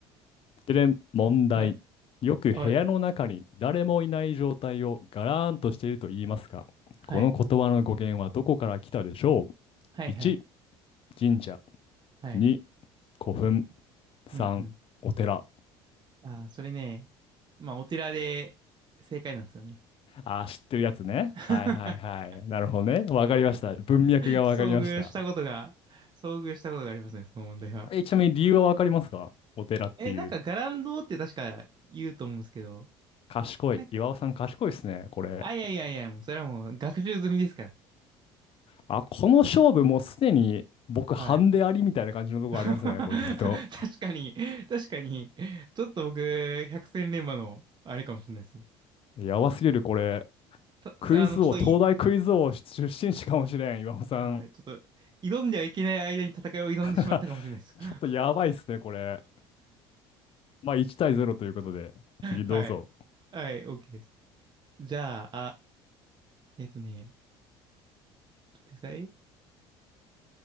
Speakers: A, on the left; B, on the right.
A: で、問題。
B: はい、
A: よく部屋の中に誰もいない状態をガラーンとしていると言いますかこの言葉の語源はどこから来たでしょう
B: はい、はい、はい、
A: ?1、
B: はい、
A: 神社。
B: はい、
A: 2、古墳。
B: はい。
A: 3、
B: うん、う
A: お寺。
B: ん。ああ、それね、まあ、お寺で正解なんですよね。
A: ああ、知ってるやつね。
B: <laughs>
A: はいはいはい。なるほどね。わかりました。文脈がわかりました。
B: 遭遇したことが、遭遇したことがありますね、その問題は。
A: え、ちなみに理由はわかりますかお寺っていう。
B: え、なんか、伽藍堂って確か言うと思うんですけど、
A: 賢い。
B: なんか、
A: 岩尾さん賢いですね、これ。
B: あ、いやいやいや、もう、それはもう学習済みですから。
A: あ、この勝負もうすでに僕半でありみたいな感じのとこありますね、
B: はい。<laughs> 確かに、
A: これちょっと。
B: 確かに、ちょっと僕、百戦錬磨の、あれかもしれないですね。
A: やばすぎる、これ。
B: た、
A: クイズ王、
B: それ、あの、ちょっとい、
A: 東大クイズ王出身地かもしれん、岩尾さん。
B: はい、ちょっと、挑んではいけない間に戦いを挑んでしまったかもしれないです。
A: <laughs>
B: <laughs>
A: ちょっとやばいっすね、これ。まあ1対0ということで、次どうぞ。
B: はい。はい、OK です。じゃあ、あ、えっとね、ちょっと待ってください。